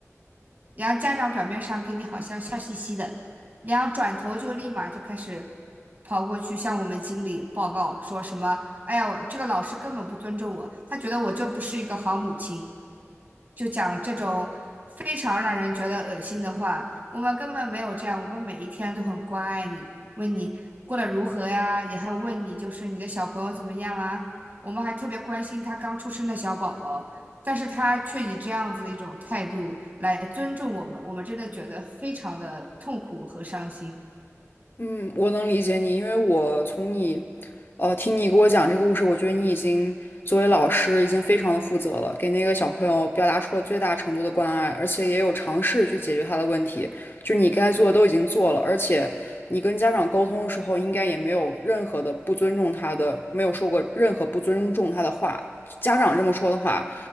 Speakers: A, on the right; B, on the left.
A: 然后家长表面上跟你好像笑嘻嘻的，然后转头就立马就开始跑过去向我们经理报告，说什么：“哎呀，我这个老师根本不尊重我，他觉得我就不是一个好母亲。”就讲这种非常让人觉得恶心的话。我们根本没有这样，我们每一天都很关爱你，问你过得如何呀，也还有问你就是你的小朋友怎么样啊。我们还特别关心他刚出生的小宝宝，但是他却以这样子的一种态度来尊重我们，我们真的觉得非常的痛苦和伤心。
B: 嗯，我能理解你，因为我从你，呃，听你给我讲这个故事，我觉得你已经作为老师已经非常的负责了，给那个小朋友表达出了最大程度的关爱，而且也有尝试去解决他的问题，就是你该做的都已经做了，而且你跟家长沟通的时候，应该也没有任何的不尊重他的，没有说过任何不尊重他的话，家长这么说的话。